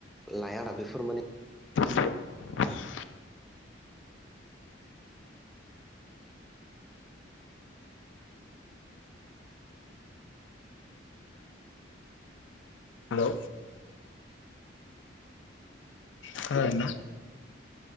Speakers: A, in the centre; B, on the left (about 75°).
A: लायाना बेफोर माने
B: <inaudible> हेलौ खोनादों ना